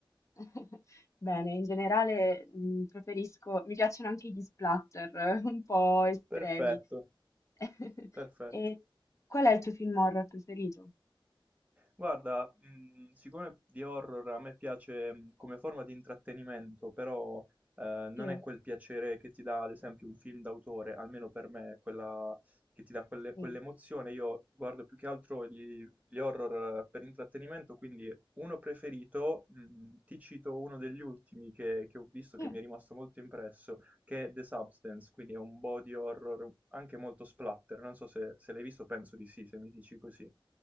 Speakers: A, on the left; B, on the right.
A: <laughs> bene, in generale mh, preferisco, mi piacciono anche gli splatter, <laughs> eh, un po' estremi.
B: Perfetto,
A: <laughs>
B: perfetto.
A: E qual è il tuo film horror preferito?
B: Guarda, mh, siccome di horror a me piace mh, come forma di intrattenimento, però eh, non
A: Sì,
B: è quel piacere che ti dà, ad esempio, un film d'autore, almeno per me, quella che ti dà quelle-
A: sì,
B: quell'emozione. Io guardo più che altro gli, gli horror eh, per intrattenimento, quindi uno preferito, mh, ti cito uno degli ultimi che, che ho visto,
A: sì.
B: che mi è rimasto molto impresso, che è The Substance, quindi è un body horror anche molto splatter. Non so se se l'hai visto, penso di sì, se mi dici così.